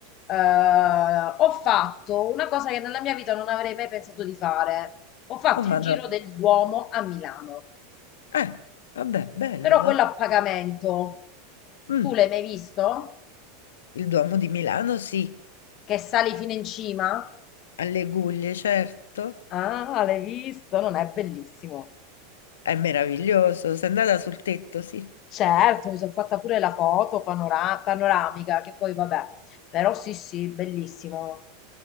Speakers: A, on the left (about 45°); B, on the left (about 75°).
A: eh, ho fatto una cosa che nella mia vita non avrei mai pensato di fare. Ho fatto
B: oh madonna.
A: il giro del Duomo a Milano,
B: Eh, vabbè, bello,
A: però
B: no?
A: quello a pagamento.
B: Mm,
A: Tu l'hai mai visto?
B: Il Duomo di Milano, sì.
A: Che sali fino in cima?
B: Alle Guglie, certo.
A: Ah, l'hai visto? Non è bellissimo.
B: È meraviglioso. Sei andata sul tetto, sì.
A: Certo, mi sono fatta pure la foto panora- panoramica, che poi vabbè, però sì, sì, bellissimo.